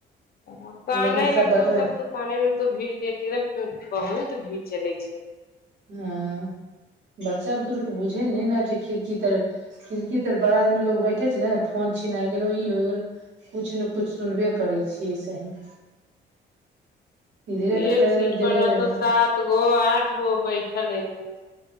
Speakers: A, on the left; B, on the right.
A: कहान
B: लेकिन
A: लगतौ
B: बतबै
A: सब त कहाना लगतौ भीड़ देती एकदम बहुत भीड़ चलै छै
B: हँ बच्चा बुतुरुके बुझै नै ने आबै छै खिड़की तऽ खिड़की तर बड़ा आदमी लोग बैठे छै ने फोन छिना गेलो ई हो गेलो किछ ने किछ सुनबे करै छियै ऐसे ही इधरे तऽ
A: एक
B: ट्रेन
A: सीट
B: मे
A: पर
B: देले
A: रहत
B: रहे
A: सात गो आठ गो बैठल एकदम